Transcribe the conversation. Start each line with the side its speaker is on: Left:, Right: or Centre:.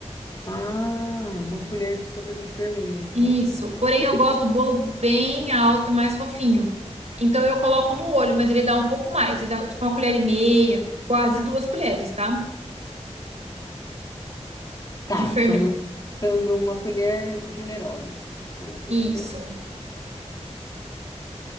Left: Ah, uma colher de sopa de fermento.
Right: Isso. Porém,
Left: Em
Right: eu
Left: que
Right: gosto do bolo bem alto e mais fofinho. Então, eu coloco no olho, mas ele dá um pouco mais. Ele dá tipo uma colher e meia, quase duas colheres, tá?
Left: tá?
Right: De fermento.
Left: Tô anotando uma colher generosa de sopa
Right: Isso.
Left: de fermento.